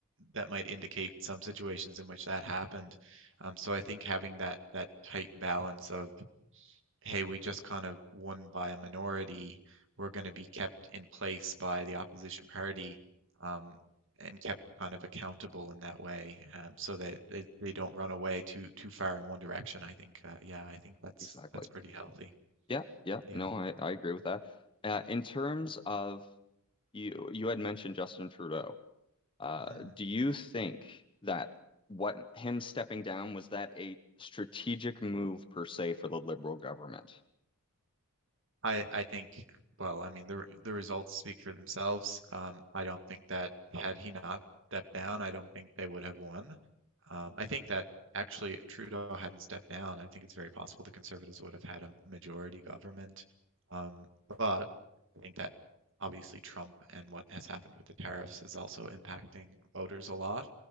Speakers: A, on the right (about 55°); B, on the left (about 20°).
A: that might indicate some situations in which that happened. Um, so I think having that that tight balance of, hey, we just kind of won by a minority, we're going to be kept in place by the opposition party, um, and kept kind of accountable in that way, um, so that they, they don't run away too too far in one direction. I think, uh, yeah, I think that's
B: Exactly.
A: that's pretty
B: Exactly.
A: healthy.
B: Yeah. Yeah.
A: Yeah.
B: No, I I agree with that. Uh, in terms of you you had mentioned Justin Trudeau. Uh,
A: Mhm.
B: do you think that what him stepping down was that a strategic move per se for the Liberal government?
A: I I think well, I mean the re- the results speak for themselves. Um, I don't think that had he not stepped down, I don't think they would have won. Um, I think that actually, if Trudeau hadn't stepped down, I think it's very possible the Conservatives would have had a majority government. Um, but I think that obviously Trump and what has happened with the tariffs is also impacting voters a lot.